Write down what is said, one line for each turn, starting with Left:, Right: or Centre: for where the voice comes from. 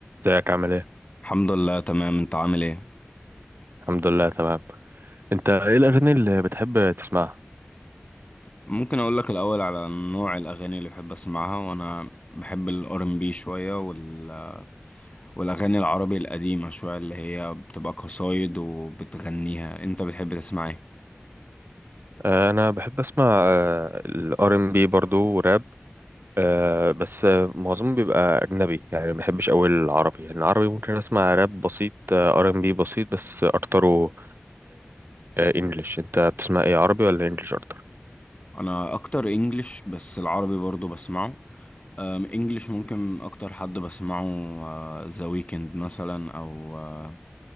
Right: ازيك عامل ايه؟
Left: الحمد لله تمام انت عامل ايه
Right: الحمد لله تمام انت ايه الاغاني اللي بتحب تسمعها؟
Left: ممكن اقول لك الاول على نوع الاغاني اللي بحب اسمعها وانا بحب الار ام بي شويه وال... والاغاني العربي القديمه شويه اللي هي بتبقى قصايد وبتغنيها انت بتحب تسمع ايه
Right: آه، انا بحب اسمع الار ام بي برضو وراب آه، بس آه، معظمه بيبقى اجنبي يعني ما بحبش قوي العربي يعني العربي ممكن اسمع راب بسيط ار ام بي بسيط بس اكتره انجلش انت بتسمع ايه عربي ولا انجلش اكتر؟
Left: انا اكتر انجلش بس العربي برضو بسمعه ام، انجلش ممكن اكتر حد بسمعه ذا ويكند مثلا او اه،